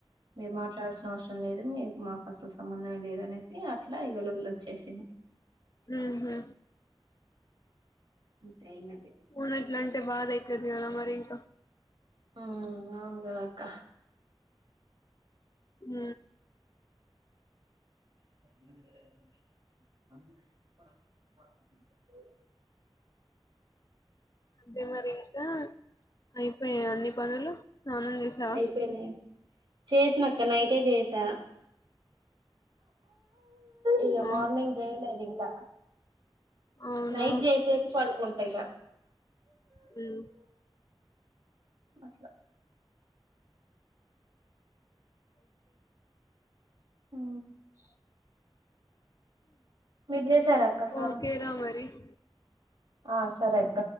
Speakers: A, on the right (about 60°); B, on the left (about 40°).
A: మీరు మాట్లాడాల్సిన అవసరం లేదు మీకు మాకు అసలు సంబంధమే లేదు అనేసి అట్ల ఇగ లొల్లి వచ్చేసిం
B: ఉహు
A: అంతే ఇంగ అది
B: అవునట్ల అంటే బాధ అయితది కదా మరి ఇంక
A: ఆ నవును కదక్క
B: ఉ
A: ఆ ఆ
B: అదే మరి ఇంకా అయిపోయాయ అన్ని పనులు స్నానం జేశావా?
A: అయిపోయినాయి చేసిన ఇక నైటే చేసా ఇగ
B: ఆ!
A: మార్నింగ్ చేయలేదు ఇంగ
B: అవునా?
A: నైట్ చేసేసి పడుకున ఇగ
B: ఉ
A: మంచిగ ఉ
B: చి
A: మీరు చేసార అక్క సానం
B: ఓకే రా మరి.
A: ఆ సరే అక్క